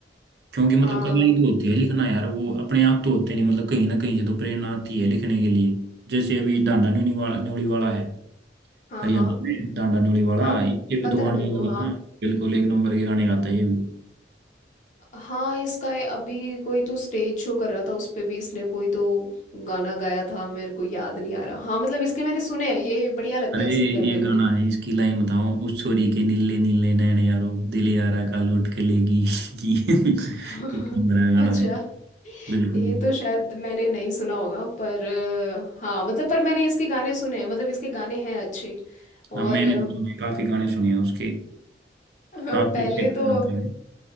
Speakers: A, on the right (about 65°); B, on the left (about 45°).
A: क्योंकि मतलब
B: हाँ
A: कला ही तो होती है लिखना यार वो अपने आप तो होते नहीं मतलब कहीं ना कहीं से तो प्रेरणा आती है लिखने के लिए जैसे अभी डांडा न्योली वाला न्योली वाला है
B: हाँ
A: हरियाणा
B: हाँ
A: में डांडा न्योली वाला
B: हाँ म-
A: ये भी
B: पता
A: तो गाने
B: है मेरे
A: अलग
B: को हाँ
A: है ना बिल्कुल एक नंबर के गाने गाता है ये भी
B: हाँ इसका ये अभी कोई तो स्टेज शो कर रहा था उस पे भी इसने कोई तो गाना गाया था मेरे को याद नहीं आ रहा हाँ मतलब इसके मैंने सुने हैं ये बढ़िया लगता
A: अरे
B: है
A: ये
B: सिंगर मेरे को
A: गाना है इसकी लाइन बताओ उस छोरी के नीले नीले नयन यारो दिल यारा का लूट के लेगी की <laughs>
B: <laughs>
A: एक नंबर का गाना
B: अच्छा
A: है बिल्कुल
B: ये तो शायद मैंने नहीं सुना होगा पर अ, हाँ मतलब पर मैंने इसके गाने सुने हैं मतलब इसके गाने हैं अच्छे और
A: अब मैंने
B: <laughs> अ,
A: तो सुने काफी गाने सुने हैं उसके
B: हाँ,
A: काफी
B: पहले
A: अच्छे गाने
B: तो
A: आते हैं